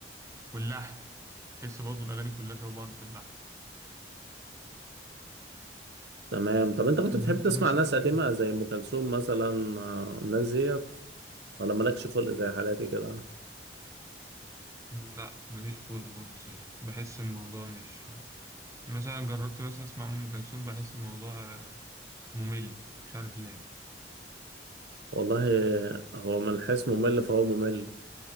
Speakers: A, on the right (about 15°); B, on the right (about 65°).
A: واللحن بحس برضو الأغاني كلها شبه بعض في اللحن
B: تمام طب أنت كنت
A: طب
B: بتحب
A: أنت
B: تسمع
A: مثلا
B: ناس قديمة زي أم كلثوم مثلا آه، الناس ديت ولا مالكش خلق زي حالاتي كده
A: لا ماليش خلق برضه زيك بحس الموضوع مش يعني مثلا جربت مثلا أسمع أم كلثوم بحس الموضوع ممل مش عارف ليه
B: والله هو من حيث ممل فهو ممل